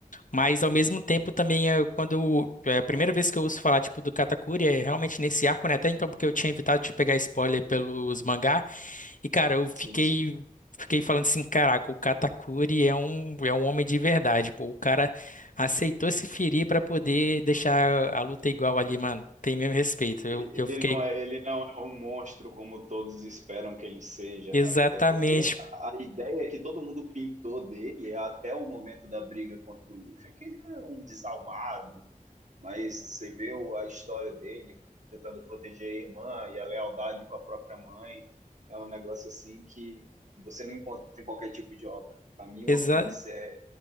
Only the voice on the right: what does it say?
Sim, sim.
Ele,
ele não é, ele não é um monstro como todos esperam que ele seja,
até porque a, a ideia que todo mundo pintou dele até o momento da briga contra o Luffy é que ele era um desalmado, mas você vê o- a história dele tentando proteger a irmã e a lealdade com a própria mãe. É um negócio assim que você não encontra em qualquer tipo de obra. Para mim, One
Piece é,